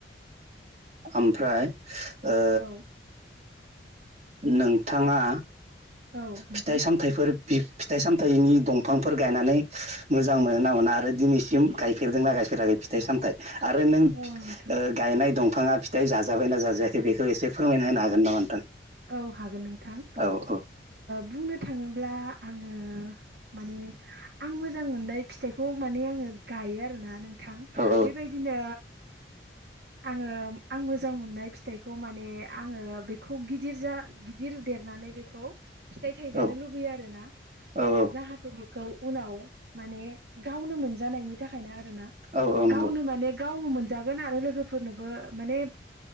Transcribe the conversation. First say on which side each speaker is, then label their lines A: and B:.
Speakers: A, on the right; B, on the right.
A: ओमफ्राय ओ
B: औ
A: नोंथाङा।
B: औ नोंथां
A: फिथाइ सामथाइफोर फिथाइ सामथाइनि दंफांफोर गायनानै मोजां मोनो ना मोना आरो दिनैसिम गायफेरदोंना गाय। बोथोरारि फिथाइ सामथाय आरो नों
B: औ नोंथां
A: गायनाय दं बिफाङा फिथाइ जाजाबायना जाजायाखै बेखौ एसे फोरमायना होनो हागोन नामा नोंथां
B: औ हागोन नोंथां।
A: औ औ
B: बुंनो थाङोब्ला आङो माने आं मोजां मोननाय फिथाइखौ। माने आङो गायो आरोना नोंथां
A: औ
B: बेबायदिनो आङो आं मोजां मोननाय फिथाइखौ माने आङो बेखौ गिदिर। गिदिर जा गिदिर देरनानै बेखौ। फिथाइ थाइजानो
A: औ
B: लुबैयो आरोना
A: औ औ
B: जाहाथे बेखौ उनाव माने गावनो मोनजानायनि थाखायनो आरोना
A: औ औ नंगौ
B: गावनो माने गावनो मोनजागोन आरो लोगोफोरनोबो माने